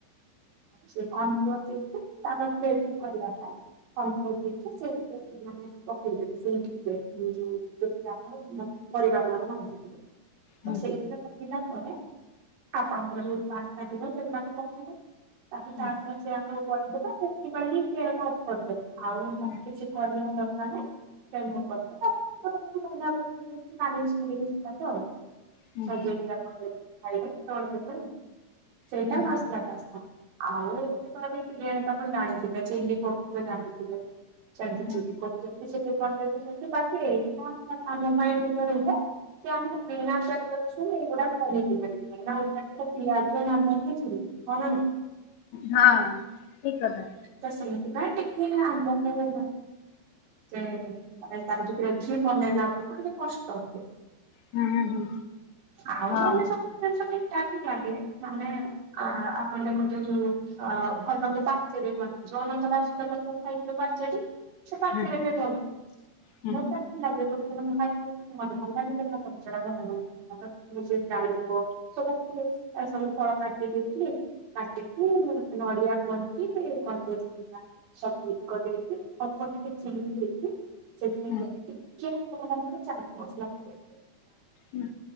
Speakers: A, on the right; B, on the left.
A: ସେ କନଫ୍ଲୋର ଦେଇକି ତାର ଫ୍ଲେମ କୁ କରିବା ପାଇଁ କ ସେଇଥିରେ ମାନେ ପକେଇଦେବି ସେଇ ଥିଲେ ଯୋଉ ଆପଣା ପରିବା ଗୁଡାକୁ ଭାଜିବେ। ତ
B: ହୁଁ
A: ସେଇଥିରେ ପକେଇଲା ପରେ ଆପଣଙ୍କର ଯୋଉ ଆସ୍ତା ଥିବ ସେଗୁଡ଼ାକୁ ପକେଇବେ। ତାକୁ
B: ହୁଁ
A: ଚାଷସ
B: ହୁଁ
A: ଆପଣ କରିଦବେ ସେଥିପାଇଁ ହିଁ ସେ ଅଫ୍ କରିଦେବେ ଆଉ କିଛି
B: ହୁଁ
A: କରିବା ଦ ଦରକାର ନାହିଁ ତାପରେଙ୍କୁ ମନ କରିି ମାନ କର ସେଟା
B: ହୁଁ
A: ସଜେଇକି ଆପଣ ଯଦି ଖାଇବେ ଯେତେବେଳେ ଦେବେ। ସେଇଟା
B: ହୁଁ ହୁଁ
A: ମାସଲା ପାସ୍ତା। ଆଉ ଏମତି କହିବାକୁ ଗଲେ ବିରିୟାନୀ ତ ଆପଣ ଜାଣିଥିବେ ଚିଲି କୋବି ତ ଜାଣିଥିବେ। ସେମିତି
B: ହୁଁ
A: ଚିଲି କୋବି ଯେମିତି ପନିର ସେମିତି ବାକି ଏଟା ଆମ ପାଇଁ ଟିକେ ରହିଲା। କି ଆମେ ବିନା ପିଆଜ ରସୁଣ ଏଗୁଡା ଆମେ କରିବୁ କେମିତି। ବିନା ପିଆଜ ମାନେ ହି ଚିଲି ହଁ ନା ନାଇଁ।
B: ହଁ ଠିକ୍ କଥା।
A: ତ ସେଇଥିପାଇ ଟିକେ ଆମକୁ ସେ ମାନେ ତାର ଭିତରେ ଅଛି ବନେଇଲା ବେଳକୁ ଟିକେ କଷ୍ଟ ହୁଏ।
B: ହୁଁ ହୁଁ ହୁଁ
A: ଆଉ
B: ହଁ
A: ନହେଲେ ସବୁ ଜିନିଷ ଠିକ ଠାକ ହିଁ ଲାଗେ ମାନେ ଆ ଆପଣ ଦେଖନ୍ତୁ ଯୋଉ ଅ ଭଲେ ପାଚେରୀ ବନାଛ ଅନନ୍ତ ବାସୁଦ ଖାଇଥିଲେ ପାଚେରୀ ସେ ପାଚେରୀରେ
B: ହୁଁ
A: ମତେ
B: ହୁଁ
A: ଭଲ ଲାଗେ ଗୋଟେ ଦିନ ମୁଁ ଖାଇଥିଲି ମତେ ଭଲ ଲାଗିଥିଲା। ମୁ ସେଇ ଡାଳିମ୍ୱ ସବୁ ସବୁ ଫଳ କାଟି ଦେଇଥିଲି। କାଟିକି ନଡିଆ କୋରିକି କରିଦେଇଥିଲି ସ କରି ଦେଇେଇକି। ଅଳପ ଟିକେ ଚିନ ଦେଇକି ସେଥିପାଇଁ
B: ହୁଁ
A: ଟିକେ ହବ କଣ କହିଲ ଚାଟ ମସଲା ପକେଇ ଥିଲି।
B: ହୁଁ।